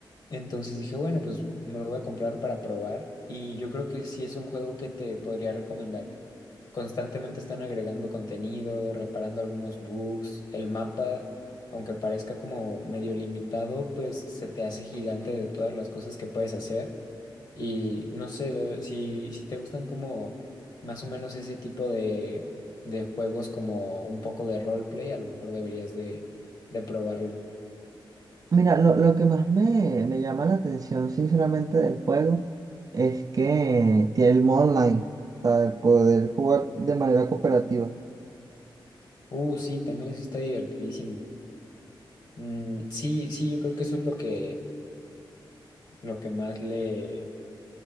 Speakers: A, on the left; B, on the right.
A: Entonces dije, bueno, pues me lo voy a comprar para probar y yo creo que sí es un juego que te podría recomendar. Constantemente están agregando contenido, reparando algunos bugs, el mapa, aunque parezca como medio limitado, pues se te hace gigante de todas las cosas que puedes hacer. Y no sé, de- si, si te gustan como más o menos ese tipo de, de juegos como un poco de roleplay, a lo mejor deberías de, de probarlo.
B: Mira, lo, lo que más me, me llama la atención, sinceramente, del juego es que tiene el modo online para poder jugar de manera cooperativa.
A: Uh, sí, también eso está divertidísimo. Mm, sí, sí, yo creo que eso es lo que, lo que más le,